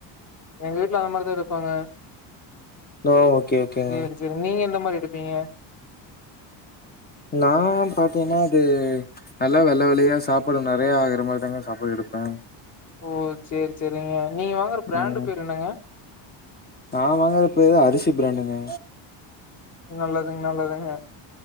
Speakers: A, on the left; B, on the left.
A: எங்க வீட்ல அந்த மாரிதா எடுப்பாங்க
B: ஓ ஓகே ஓகேங்க
A: சேரி நீங்க எந்த மாரி எடுப்பீங்க
B: நா பாத்தீனா அது நல்லா வெள்ளை வெளியா சாப்பாடு நெறைய ஆகுற மாரி தாங்க சாப்பாடு எடுப்பே
A: ஓ சேரி சேரிங்க நீங்க வாங்குற பிராண்டு
B: ம்
A: பேர் என்னங்க
B: நா வாங்குறப்ப ஏதோ அரிசி பிராண்டுங்க
A: நல்லதுங் நல்லதுங்க